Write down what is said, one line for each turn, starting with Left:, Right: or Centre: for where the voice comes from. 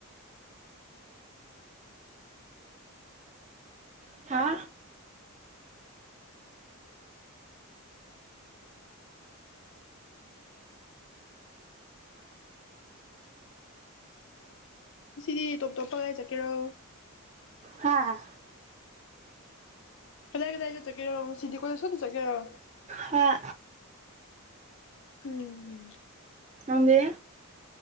Right: ꯍꯥ
Left: ꯉꯁꯤꯗꯤ ꯇꯣꯞ ꯇꯣꯞꯄ ꯀꯗꯥꯢ ꯆꯠꯀꯦꯔꯣ
Right: ꯍꯥꯥ
Left: ꯀꯗꯥꯏ ꯀꯗꯥꯏ ꯆꯠꯇꯣꯢꯒꯦꯔꯣ ꯉꯁꯤꯗꯤ ꯀꯣꯂꯦꯁ ꯀꯛꯇꯥ ꯆꯠꯀꯦꯔꯣ
Right: ꯍꯣꯏ
Left: ꯎꯝ
Right: ꯅꯪꯗꯤ